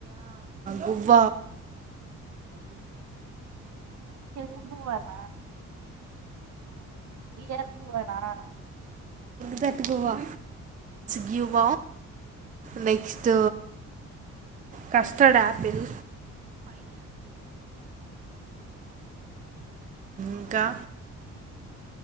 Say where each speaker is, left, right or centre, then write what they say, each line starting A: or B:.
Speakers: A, on the right (about 25°); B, on the right (about 65°).
A: గువ్వ
B: ఏవ్ గువ్వన ఇయ్యాకు అంటే ఆ
A: దట్ గోవా గ్యువ నే క్స్ట్ కస్టడ్ ఆపిల్ ఇంకా